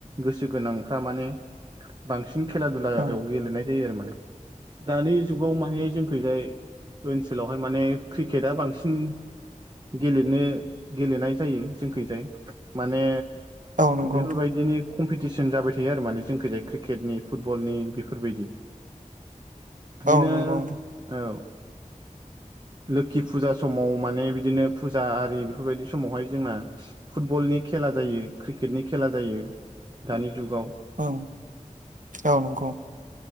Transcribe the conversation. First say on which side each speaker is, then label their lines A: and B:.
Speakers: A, on the right; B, on the right.
A: गोसो गोनांफ्रा माने बांसिन खेला दुलायाव
B: नोंथां
A: गेलेनाय जायो आरो माने। दानि जुगाव माने जोंखैजाय ओनसोलावहाय माने क्रिकेटआ बांसिन गेलेनो गेलेनाय जायो जोंखैजाय माने
B: औ नंगौ औ नंगौ
A: बेफोर
B: नोंथां
A: बायदिनि कम्पिटिसन जाबाय थायो आरो माने जोंनिखैजाय क्रिकेटनि फुटबलनि बेफोरबायदि। बिदिनो
B: औ नंगौ नोंथां।
A: औ लोखि फुजा समाव माने बिदिनो फुजा आरि बेफोरबायदि समावहाय जोंना फुटबलनि खेला जायो क्रिकेटनि खेला जायो दानि जुगाव।
B: औ औ नंगौ